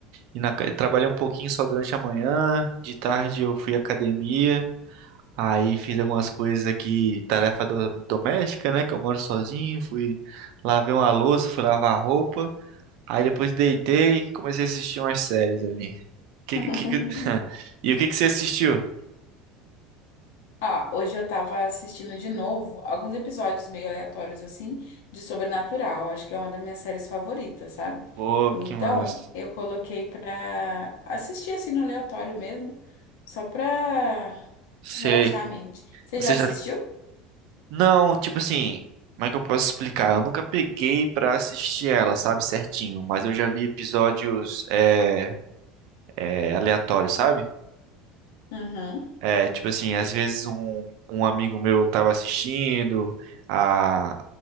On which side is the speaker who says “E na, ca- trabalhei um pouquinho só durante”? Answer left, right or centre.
Right